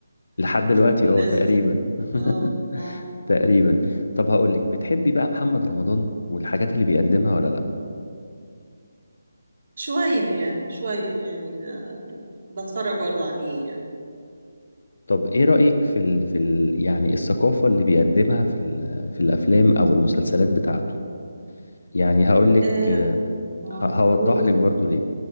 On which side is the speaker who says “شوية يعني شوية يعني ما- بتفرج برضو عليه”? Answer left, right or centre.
Right